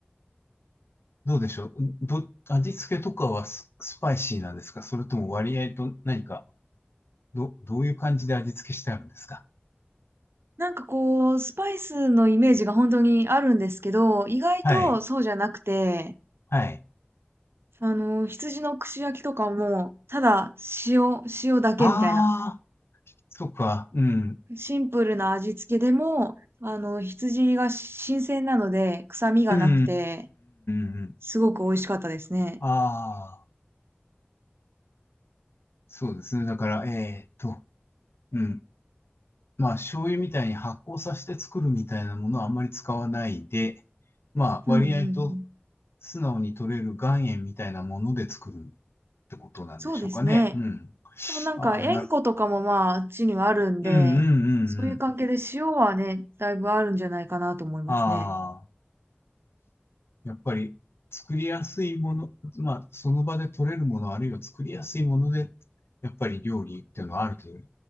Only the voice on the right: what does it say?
なんかこう、スパイスのイメージが本当にあるんですけど、意外とそうじゃなくて、
あの羊の串焼きとかも、ただ塩、塩だけみたいな。
シンプルな味付けでも、あの、羊が新鮮なので、臭みがなくて、
すごく美味しかったですね。
うんうんうん。
そうですね。
多分なんか、
塩湖とかもまあ、
あっちにはあるんで、
そういう関係で塩はね、だいぶあるんじゃないかなと思いますね。